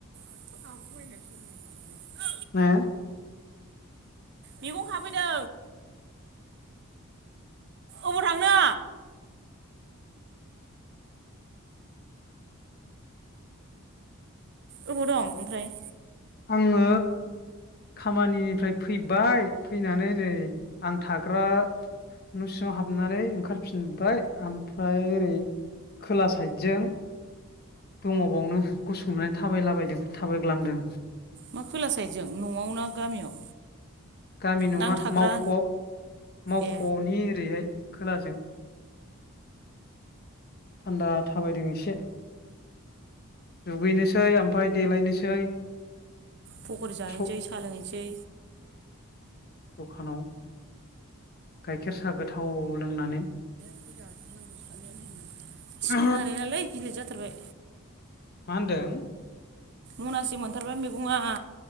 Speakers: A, on the right; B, on the left.
A: <unintelligible>
B: माया?
A: मैगं खाफैदों अबाव थांनो? अबाव दं ओमफ्राय?
B: आङो खामानिनिफ्राय फैबाय फैनानै नै आं थाग्रा न' सिङाव हाबनानै ओंखारफिनबाय ओमफ्राय ओरै खोला साइदजों दङबावनो गसंनानै थाबायलाबायदों थाबायग्लांदों।
A: मा खोला साइदजों न'आव ना गामियाव?
B: गामि नङा
A: नांथाग्रा
B: मावख'आव। मावख'नि
A: ए
B: ओरैहाय खोलाजों। थान्दा थाबायदों एसे दुगैनोसै ओमफफ्राय देलायनोसै।
A: पकरि जाहैनोसै
B: स ओ
A: सा लोंहैनोसै।
B: दखानाव गाइखेर साह गोथाव लोंनानै
A: <unintelligible> थिखोनो
B: मा
A: हालायलालै गिलिर जाथारबाय।
B: मा होनदों?
A: मनासे मोनथारबाय मैगंआ।